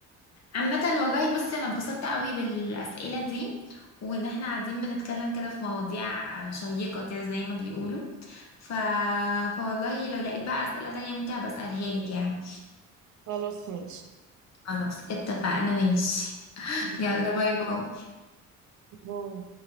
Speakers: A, on the left; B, on the right.
A: عامة والله بصي انا اتبسطت قوي بالاسئلة دي وان احنا قاعدين بنتكلم كده في مواضيع شيقة كده زي ما بيقولوا ف... فوالله لو لقيت بقى اسئلة تانية ممكن بسألها لك يعني
B: خلاص ماشي
A: خلاص اتفقنا ماشي
B: <laughs>
A: يلا باي باي
B: باي.